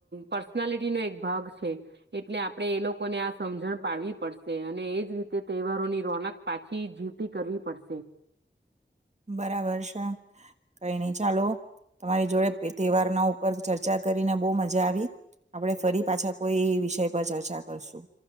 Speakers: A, on the right; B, on the right.
A: પર્સનાલિટીનોો એક ભાગ છે એટલે આપણેે એ લોકોને આ સમજણ પાડવી પડશે અને એજ રીતે તહેવારોની રોનક પાછી જી કરવી પડશે
B: બરાબર છે કઈ નહી ચાલો તમારી જોડે તહેવારના ઉપર ચર્ચા કરીને બહુ મજા આવી આપડે ફરી પાછા કોઈ વિષય પર ચર્ચા કરશું